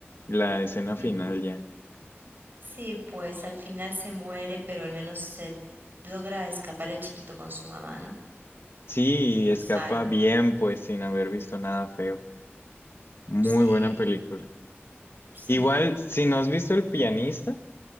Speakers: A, on the left (about 60°); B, on the right (about 50°).
A: la escena
B: sí,
A: final ya.
B: sí, pues al final se muere, pero al menos se logra escapar el chiquito con su mamá, ¿no?
A: Sí, y
B: Lo
A: escapa
B: salva.
A: bien, pues sin haber visto nada feo. Muy
B: Sí,
A: buena película.
B: sí.
A: Igual, si no has visto El pianista,